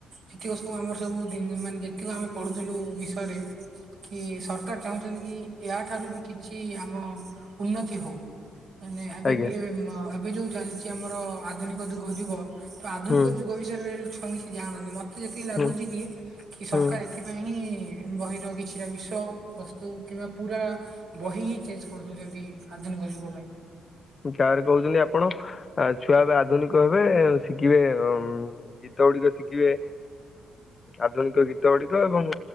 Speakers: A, on the right; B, on the left.
A: ଯେତିକ ସବୁ ଆମର ସବୁ ମାନେ ଯେତିକ ଆମେ ପଢୁଥିଲୁ ବିଷୟରେ କି ସରକାର ଚାହୁଁଛନ୍ତି କି ୟା ଠାରୁ ବି କି ଛି ଆମ ଉନ୍ନତି ହୋଉ ମାନେ ଏବେ
B: ଆଜ୍ଞା
A: ବି ଅ ମା ଭାବିଛୁ ଯୋଉ ଚାଲିଛି ଆମର ଆଧୁନିକ ଯୁଗ ଯୁଗ ତ ଆଧୁନିକ
B: ହୁଁ
A: ଯୁଗ ରେ ଛୁଙ୍ଗି ସେ ଜାଣନ୍ତୁ ମତେ ଯେତିକି ଲାଗୁଛି
B: ହୁଁ
A: କି କି ସରକାର
B: ହୁଁ
A: ଏଥିପାଇଁ ହିଁ ବହିର କିଛି ଟା ବିଷୟ ବସ୍ତୁ କିମ୍ବା ପୁରା ବହି ହିଁ ଚେଞ୍ଜଜ୍‌ କରିଦୋଉଛନ୍ତି ଆଧୁନିକ ଯୁଗ ପାଇଁ।
B: କାରେ କହୁଛନ୍ତି ଆପଣ ଛୁଆ ଏବେ ଆଧୁନିକ ହେବେ ଶିଖିବେ ଗୀ ତ ଗୁଡିକ ଶିଖିବେ ଆଧୁନିକ ଗୀତ ଗୁଡିକ ଏବଂ